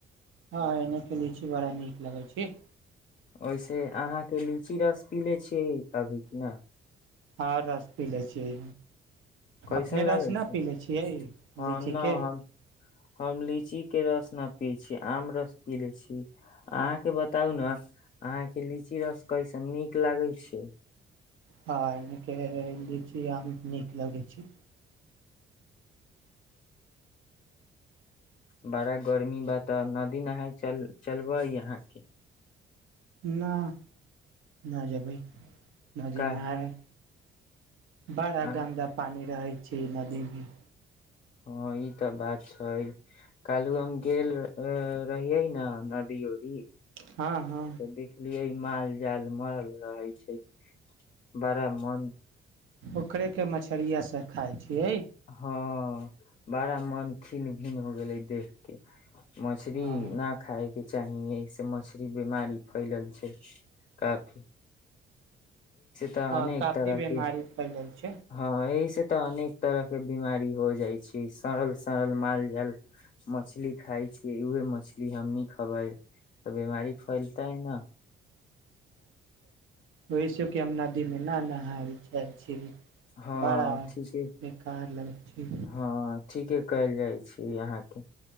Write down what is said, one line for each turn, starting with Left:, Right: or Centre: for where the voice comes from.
Right: हँ एने क लीची बड़ा नीक लागै छै
Left: ओहिसे अहाँके लीची रस पी ले छियै अभी कि न
Right: हँ रस पी लै छियै
Left: कैसन
Right: अपने
Left: लागे
Right: रस
Left: छै
Right: न पी ले छियै
Left: हँ
Right: लीची
Left: न
Right: के
Left: हम हम लीचीके रस नहि पियै छी आम रस पी लै छी अहाँके बताउ ने अहाँके लीची रस कैसन नीक लागै छै
Right: हँ एनेके ली छी आ नीक लगै छै
Left: बड़ा गर्मी बा तऽ नदी नहाय चल चलबै यहाँके
Right: नहि नहि जबै नदीनार
Left: काहे
Right: बड़ा
Left: अहाँ
Right: गन्दा पानी रहै च नदीमे
Left: ह ई तऽ बात छै कालु हम गेल रहिये ने नदी उरीी तऽ
Right: हँ हँ
Left: देखिख लििय माल जाल मरल रहै छै बड़ मन
Right: ओखेके मछरिआसँ खाइ छियै
Left: हँ बड़ा मन खन्िन भन्िन हो गेलै देखके मछरी
Right: हँ
Left: न खाायके चाहिए स मछरी बीमारी फैलल छै क तऽ
Right: हँ
Left: अनेक
Right: कफी
Left: तरह
Right: बीमार
Left: के
Right: फैलै छै
Left: हँ एहिसँ तऽ अनेक तरह के बिीमारी हो जाइ छै सड़ल सड़ल माल जाल मछली खाइ छ उहे मछली हमनी खेबै तऽ बिीमारी फैलतै ने
Right: ओहिस कि हम नदीमे नहि नहाय लए चाहै छी
Left: हँ
Right: बड़ा
Left: ठीके
Right: बेकार लगै छी
Left: हँ ठीके कयल जाइ छै अहाँके